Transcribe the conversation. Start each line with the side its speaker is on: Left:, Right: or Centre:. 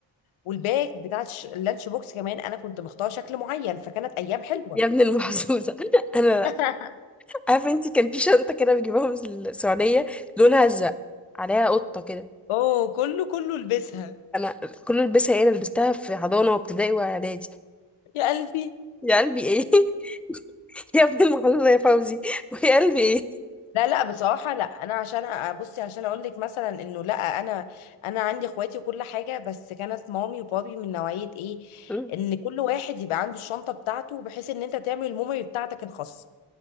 Left: والباك بتاع الش- اللانش بوكس كمان انا كنت مختاره شكل معين فكانت ايام حلوه
Centre: يا ابن المحظوظه <laughs> انا
Left: <laughs>
Centre: عارفه انتي كان في شنطه كده بيجيبوها من السعوديه لونها ازرق عليها قطه كده
Left: اوه كله كله لبسها
Centre: انا كل البسها ايه انا لبستها في حضانه وابتدائي واعدادي
Left: يا قلبي
Centre: يا قلبي ايه <laughs> يا ابن المحظوظه يا فوزي ويا قلبي ايه
Left: لا لا بصراحة لا انا عشان ابصي عشان اقول لك مثلا انه لا انا انا عندي اخواتي وكل حاجة بس كانت مامي وبابي من نوعية ايه
Centre: مم.
Left: ان كل واحد يبقى عنده الشنطة بتاعته بحيث ان انت تعمل الميموري بتاعتك الخاصة